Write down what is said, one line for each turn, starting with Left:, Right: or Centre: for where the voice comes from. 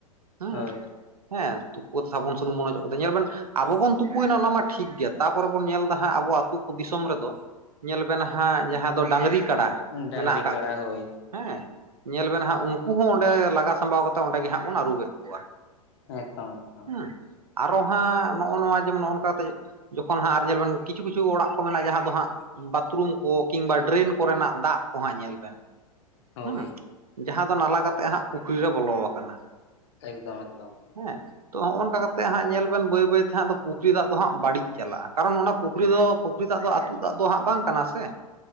Right: ᱦᱟᱸᱜ,
Left: ᱦᱳᱭ
Right: ᱦᱮᱸ ᱛᱩᱯᱩ ᱠᱟᱛᱮ ᱥᱟᱵᱚᱱ ᱥᱩᱱᱩᱢ ᱵᱚᱱ ᱚᱡᱚᱜ ᱠᱟᱫᱟ ᱧᱮᱞ ᱵᱮᱱ ᱟᱵᱚ ᱵᱚᱱ ᱛᱩᱯᱩᱭᱱᱟ ᱚᱱᱟ ᱢᱟ ᱴᱷᱤᱠ ᱜᱮᱭᱟ ᱛᱟᱯᱚᱨᱮ ᱵᱚᱱ ᱧᱮᱞᱫᱟ ᱦᱟᱸᱜ ᱟᱵᱚ ᱟᱹᱛᱩ ᱫᱤᱥᱚᱢ ᱨᱮᱫᱚ ᱧᱮᱞ ᱵᱮᱱ ᱦᱟᱸᱜ ᱡᱟᱦᱟᱸ ᱫᱚ ᱰᱟᱝᱨᱤ ᱠᱟᱰᱟ
Left: ᱰᱟᱝᱨᱤ
Right: ᱢᱮᱱᱟᱜ ᱟᱠᱟᱫ
Left: ᱠᱟᱲᱟ
Right: ᱠᱚ
Left: ᱦᱳᱭ
Right: ᱦᱮᱸ ᱧᱮᱞ ᱵᱮᱱ ᱦᱟᱸᱜ ᱩᱱᱠᱩ ᱦᱚᱸ ᱚᱸᱰᱮ ᱞᱟᱜᱟ ᱥᱟᱸᱵᱟᱣ ᱠᱟᱛᱮ ᱚᱸᱰᱮ ᱜᱮ ᱦᱟᱸᱜ ᱵᱚᱱ ᱟᱹᱨᱩᱵᱮᱫ ᱠᱚᱣᱟ
Left: ᱮᱠᱫᱚᱢ ᱮᱠᱫᱚᱢ
Right: ᱦᱩᱸ ᱟᱨᱚ ᱦᱟᱸᱜ ᱱᱚᱜᱼᱚ ᱱᱚᱣᱟ ᱡᱮᱢᱚᱱ ᱱᱚᱜᱼᱚ ᱱᱚᱠᱟ ᱠᱟᱛᱮ ᱡᱚᱠᱷᱚᱱ ᱦᱟᱸᱜ ᱟᱨ ᱧᱮᱞ ᱵᱮᱱ ᱠᱤᱪᱷᱩ ᱠᱤᱪᱷᱩ ᱚᱲᱟᱜ ᱠᱚ ᱢᱮᱱᱟᱜᱼᱟ ᱡᱟᱦᱟᱸ ᱫᱚ ᱦᱟᱸᱜ ᱵᱟᱛᱷᱨᱩᱢ ᱠᱚ ᱠᱤᱢᱵᱟ ᱰᱨᱮᱱ ᱠᱚᱨᱮᱱᱟᱜ ᱫᱟᱜ ᱠᱚ ᱦᱟᱸᱜ ᱧᱮᱞ ᱵᱮᱱ
Left: ᱦᱳᱭ
Right: ᱦᱚᱸ ᱡᱟᱦᱟᱸ ᱫᱚ ᱱᱟᱞᱟ ᱠᱟᱛᱮᱜ ᱦᱟᱸᱜ ᱯᱩᱠᱷᱨᱤ ᱨᱮ ᱵᱚᱞᱚ ᱠᱟᱱᱟ
Left: ᱮᱠᱫᱚᱢ ᱮᱠᱫᱚᱢ
Right: ᱦᱮᱸ ᱛᱚ ᱱᱚᱜᱼᱚ ᱱᱚᱝᱠᱟ ᱠᱟᱛᱮᱜ ᱦᱟᱸᱜ ᱧᱮᱞ ᱵᱮᱱ ᱵᱟᱹᱭ ᱵᱟᱹᱭ ᱛᱮ ᱦᱟᱸᱜ ᱯᱩᱠᱷᱨᱤ ᱫᱟᱜ ᱫᱚ ᱦᱟᱸᱜ ᱵᱟᱹᱲᱤᱡ ᱪᱟᱞᱟᱜᱼᱟ ᱠᱟᱨᱚᱱ ᱚᱱᱟ ᱯᱩᱠᱷᱨᱤ ᱯᱩᱠᱷᱨᱤ ᱫᱚ ᱯᱩᱠᱷᱨᱤ ᱫᱟᱜ ᱫᱚ ᱟᱹᱛᱩ ᱫᱟᱜ ᱫᱚ ᱦᱟᱸᱜ ᱵᱟᱝ ᱠᱟᱱᱟ ᱥᱮ